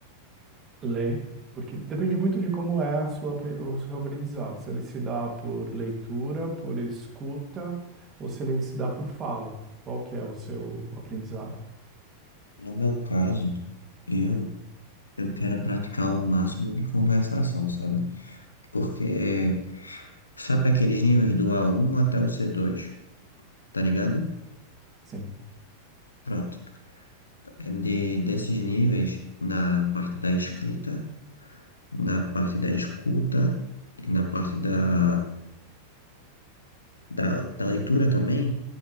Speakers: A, on the right (about 25°); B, on the left (about 75°).
A: Ler, porque depende muito de como é a sua, apre- o seu aprendizado. Se ele se dá por leitura, por escuta, ou se ele se dá por fala. Qual que é o seu aprendizado?
B: No meu caso, eu eu quero praticar o máximo de conversação, sabe? Porque, sabe aqueles níveis do A1 até o C2, tá ligado?
A: Sim.
B: Pronto. É De, desses níveis, na parte da escrita, na parte da escuta e na parte da, da, da leitura também,